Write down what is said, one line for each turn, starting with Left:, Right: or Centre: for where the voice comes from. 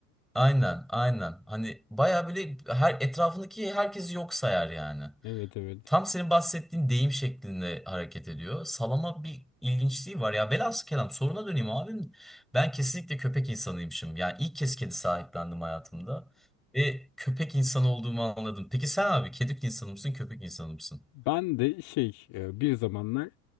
Centre: Aynen, aynen. Hani baya böyle her etrafındaki herkesi yok sayar yani.
Left: Evet evet.
Centre: Tam senin bahsettiğin deyim şeklinde hareket ediyor. Salama bir ilginçliği var. Ya velhasıl kelam soruna döneyim abim. Ben kesinlikle köpek insanıymışım. Yani ilk kez kedi sahiplendim hayatımda. Ve köpek insanı olduğumu anladım. Peki sen abi kedi insanı mısın, köpek insanı mısın?
Left: Ben de şey e, bir zamanlar